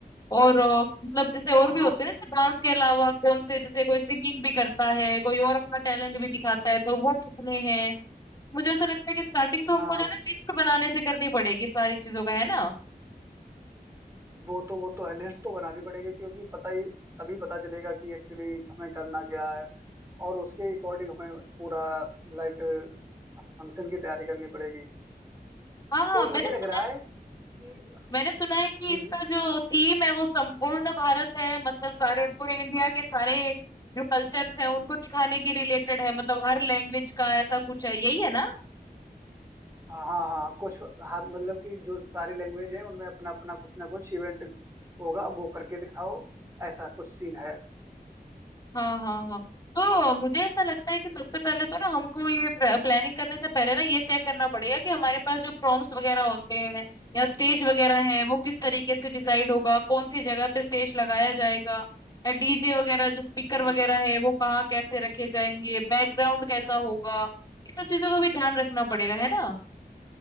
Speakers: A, on the left; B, on the right.
A: और अ, मतलब जैसे और
B: हाँ
A: भी होते हैं ना जैसे डांस के अलावा कौन से जैसे कोई सिंगिंग भी करता है कोई और अपना टैलेंट भी दिखाता है तो वो कितने हैं मुझे ऐसा लगता है कि स्टार्टिंग तो हमको
B: हाँ
A: जो है लिस्ट बनाने से करनी पड़ेगी सारी चीजों का है ना
B: वो तो वो तो है लिस्ट तो बनानी पड़ेगी क्योंकि पता ही तभी पता चलेगा कि एक्चुअली हमें करना क्या है और उसके अकॉर्डिंग हमें पूरा लाइक फंक्शन की तैयारी करनी पड़ेगी
A: हाँ हाँ
B: तो
A: मैंने
B: मुझे
A: सुना
B: लग रहा है कि
A: मैंने सुना है कि
B: हम्म
A: इसका जो थीम है वो संपूर्ण भारत है मतलब सारे पूरे इंडिया के सारे जो कल्चर्स हैं उनको सिखाने के रिलेटेड है मतलब हर लैंग्वेज का ऐसा कुछ है यही है ना
B: हाँ हाँ हाँ कुछ हाँ मतलब कि जो सारी लैंग्वेज है उनमें अपना अपना कुछ ना कुछ इवेंट होगा वो करके दिखाओ ऐसा कुछ सीन है
A: हाँ हाँ हाँ तो मुझे ऐसा लगता है कि
B: हम्म
A: सबसे पहले तो ना हमको ये प्लानिंग करने से पहले ना ये चेक करना पड़ेगा कि हमारे पास जो प्रॉम्प्ट्स वगैरह होते हैं या स्टेज वगैरह है वो किस तरीके से डिसाइड होगा कौन सी जगह पे स्टेज लगाया जाएगा या डीजे वगैरह जो स्पीकर वगैरह
B: हम्म
A: है वो कहाँ कैसे रखे जाएंगे बैकग्राउंड कैसा होगा ये सब चीजों का भी ध्यान रखना पड़ेगा
B: हाँ,
A: है ना